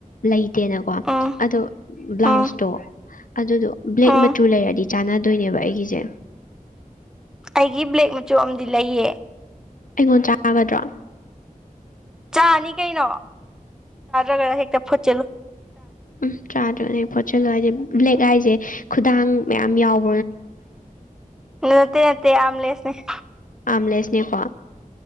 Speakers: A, on the left (about 65°); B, in the centre.
A: ꯂꯩꯇꯦꯅꯀꯣ
B: ꯎꯝ
A: ꯑꯗꯣ ꯕ꯭ꯂꯥꯎꯁꯇꯣ
B: ꯎꯝ
A: ꯑꯗꯨꯗꯣ ꯕ꯭ꯂꯦꯛ
B: ꯎꯝ
A: ꯃꯆꯨ ꯂꯩꯔꯗꯤ ꯆꯥꯟꯅꯗꯣꯏꯅꯦꯕ ꯑꯩꯒꯤꯁꯦ
B: ꯑꯩꯒꯤ ꯕ꯭ꯂꯦꯛ ꯃꯆꯨ ꯑꯃꯗꯤ ꯂꯩꯌꯦ
A: ꯑꯩꯉꯣꯟ ꯆꯥꯒꯗ꯭ꯔꯣ
B: ꯆꯥꯅꯤ ꯀꯩꯅꯣ ꯍꯥꯏ ꯐꯣꯆꯜꯂꯣ
A: ꯎꯝ ꯆꯥꯗ꯭ꯔꯅꯦ ꯐꯣꯠꯆꯜꯂꯣ ꯍꯥꯏꯁꯦ ꯕ꯭ꯂꯦꯛ ꯍꯥꯏꯁꯦ ꯈꯨꯗꯥꯡ ꯃꯌꯥꯝ ꯌꯥꯎꯕ
B: ꯅꯠꯇ ꯅꯠꯇ ꯑꯝ ꯂꯦꯁꯅꯦ
A: ꯑꯥꯝꯂꯦꯁꯅꯦꯀꯣ